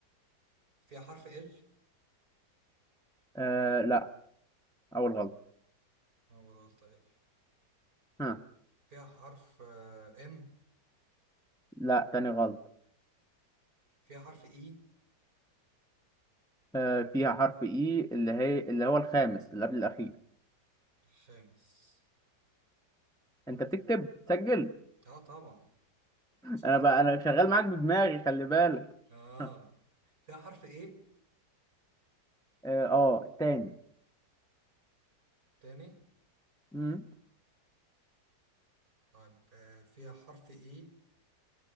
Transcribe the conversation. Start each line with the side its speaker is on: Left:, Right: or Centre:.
Right: فيها حرف ال
Centre: آه لا اول غلطه
Right: انا بقول غلطة ال
Centre: ها
Right: فيها حرف ام
Centre: لا تاني غلطه
Right: فيها حرف اي
Centre: آه فيها حرف اي اللي هي اللي هو الخامس اللي قبل الاخير
Right: الخامس
Centre: انت بتكتب بتسجل
Right: اه طبعا شاطر
Centre: انا بقى انا شغال معاك بدماغي خلي بالك
Right: اه
Centre: <laughs>
Right: فيها حرف ايه
Centre: اه آه، تاني
Right: تاني
Centre: مم.
Right: طيب آه فيها حرف ايه